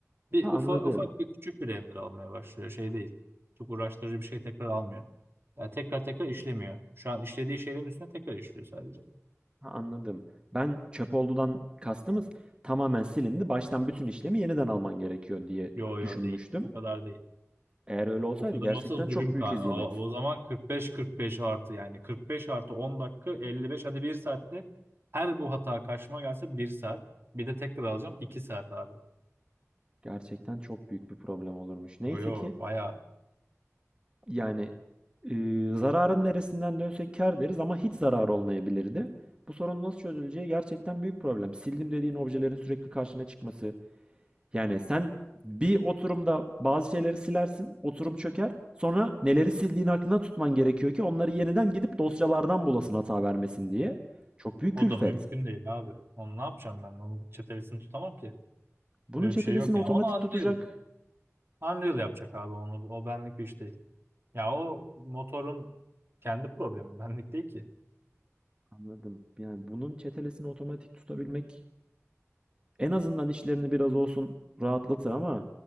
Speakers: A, on the right; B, on the right.
A: Bir
B: Ha anladım.
A: ufa, ufak bir küçük bir render almaya başlıyor. Şey değil. Çok uğraştırıcı bir şey tekrar almıyor. Yani tekrar tekrar işlemiyor. Şu an işlediği şeylerin üstüne tekrar işliyor sadece.
B: Ha anladım. Ben çöp oldudan kastımız tamamen silindi. Baştan bütün işlemi yeniden alman gerekiyor diye dü-
A: Yo yo
B: düşünmüştüm.
A: değil. O kadar değil.
B: Eğer öyle olsaydı
A: O kadar
B: gerçekten
A: olsa zulüm
B: çok büyük
A: kan.
B: hezimet.
A: O, o zaman 45-45 artı yani 45 artı 10 dakika 55 hadi bir saatte her bu hata karşıma gelse bir saat. Bir de tekrar alacağım 2 saat abi.
B: Gerçekten çok büyük bir problem olurmuş. Neyse
A: O yok
B: ki
A: baya
B: yani e, zararın neresinden dönsek kâr deriz ama hiç zarar olmayabilirdi. Bu sorun nasıl çözüleceği gerçekten büyük problem. Sildim dediğin objelerin sürekli karşına çıkması. Yani sen bir oturumda bazı şeyleri silersin, oturum çöker. Sonra neleri sildiğin aklına tutman gerekiyor ki onları yeniden gidip dosyalardan bulasın hata vermesin diye. Çok büyük
A: o
B: külfet.
A: da mümkün değil abi. Onu ne yapacağım ben? Onun çetelesini tutamam ki.
B: Bunun
A: Böyle
B: çetelesini
A: bir şey yok yani.
B: otomatik
A: Onu Unreal,
B: tutacak.
A: Unreal yapacak abi onu. O benlik bir iş değil. Ya o motorun kendi problemi benlik değil ki.
B: Anladım. Yani bunun çetelesini otomatik tutabilmek En azından işlerini biraz olsun rahatlatır ama